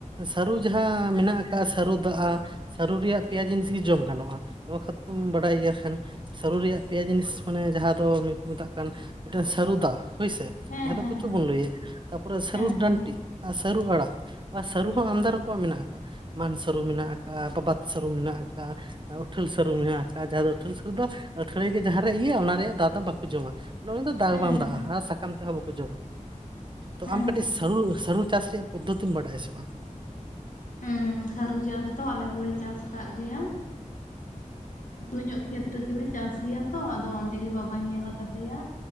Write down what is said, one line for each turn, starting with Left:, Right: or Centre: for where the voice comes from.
Right: ᱥᱟᱹᱨᱩ ᱡᱟᱦᱟᱸ ᱢᱮᱱᱟᱜ ᱟᱠᱟᱜᱼᱟ ᱥᱟᱹᱨᱩ ᱫᱟᱜᱼᱟ ᱥᱟᱹᱨᱩ ᱨᱮᱭᱟᱜ ᱯᱮᱭᱟ ᱡᱤᱱᱤᱥ ᱜᱮ ᱡᱚᱢ ᱜᱟᱱᱚᱜᱼᱟ ᱱᱚᱣᱟ ᱠᱟ <unintelligible> ᱵᱟᱰᱟᱭ ᱜᱮᱭᱟ ᱠᱷᱟᱱ ᱥᱟᱹᱨᱩ ᱨᱮᱭᱟᱜ ᱯᱮᱭᱟ ᱡᱤᱱᱤᱥ ᱢᱟᱱᱮ ᱡᱟᱦᱟᱸ ᱫᱚ ᱢᱤᱫ ᱠᱚ ᱢᱮᱛᱟᱜ ᱠᱟᱱ ᱢᱤᱫᱴᱟᱹᱱ ᱥᱟᱹᱨᱩ ᱫᱟ ᱦᱚᱭᱥᱮ
Left: ᱦᱮᱸ
Right: ᱡᱟᱦᱟᱸ ᱫᱚ
Left: ᱦᱮᱸ
Right: ᱠᱚᱪᱚ ᱵᱚᱱ ᱞᱟᱹᱭᱟ, ᱛᱟᱯᱚᱨᱮ ᱥᱟᱹᱨᱩ
Left: ᱦᱮᱸ
Right: ᱰᱟᱹᱱᱴᱤ
Left: ᱦᱮᱸ ᱦᱮᱸ ᱦᱮᱸ
Right: ᱥᱟᱹᱨᱩ ᱟᱲᱟᱜ ᱥᱟᱹᱨᱩ ᱦᱚᱸ ᱟᱢᱫᱟ ᱨᱚᱠᱚᱢᱟᱜ ᱢᱮᱱᱟᱜ ᱟᱠᱟᱜᱼᱟ ᱢᱟᱱ ᱥᱟᱹᱨᱩ ᱢᱮᱱᱟᱜ ᱟᱠᱟᱜᱼᱟ ᱵᱟᱵᱟᱛ ᱥᱟᱹᱨᱩ ᱢᱮᱱᱟᱜ ᱟᱠᱟᱜᱼᱟ᱾ ᱟᱨ ᱩᱴᱷᱟᱹᱞ ᱥᱟᱹᱨᱩ ᱢᱮᱱᱟᱜ ᱟᱠᱟᱜᱼᱟ ᱡᱟᱦᱟᱸ ᱫᱚ ᱩᱴᱷᱟᱹᱞ ᱥᱟᱹᱨᱩ ᱫᱚ ᱟᱹᱛᱷᱟᱹᱲᱤ ᱜᱮ ᱡᱟᱦᱟᱸ ᱨᱮ ᱤᱭᱟᱹᱜᱼᱟ ᱚᱱᱟ ᱨᱮᱭᱟᱜ ᱫᱟ ᱫᱚ ᱵᱟᱠᱚ ᱡᱚᱢᱟ ᱱᱚᱣᱟ ᱫᱚ ᱫᱟ
Left: ᱦᱮᱸ
Right: ᱵᱟᱝ
Left: ᱦᱮᱸ
Right: ᱫᱟᱜᱼᱟ ᱟᱨ <unintelligible> ᱛᱮᱦᱚᱸ ᱵᱟᱠᱚ ᱡᱚᱢᱟ ᱛᱚ
Left: ᱦᱮᱸ
Right: ᱟᱢ ᱠᱟᱹᱴᱤᱡ ᱥᱟᱹᱨᱩ ᱥᱟᱹᱨᱩ ᱪᱟᱥ ᱨᱮᱭᱟᱜ ᱯᱚᱫᱽᱫᱷᱚᱛᱤᱢ ᱵᱟᱰᱟᱭᱟ ᱥᱮ ᱵᱟᱝ
Left: ᱦᱮᱸ ᱥᱟᱹᱨᱩ ᱪᱟᱥ ᱫᱚ ᱟᱞᱮ ᱦᱚᱸᱞᱮ ᱪᱟᱥ ᱟᱠᱟᱫ ᱜᱮᱭᱟ <unintelligible> ᱧᱚᱜ ᱠᱷᱮᱛ ᱨᱮᱜᱮᱞᱮ ᱪᱟᱥ ᱜᱮᱭᱟ ᱛᱚ ᱟᱫᱚ ᱚᱸᱰᱮ ᱜᱮ ᱵᱟᱵᱟᱧ ᱧᱮᱞ ᱟᱠᱟᱫ ᱫᱮᱭᱟ᱾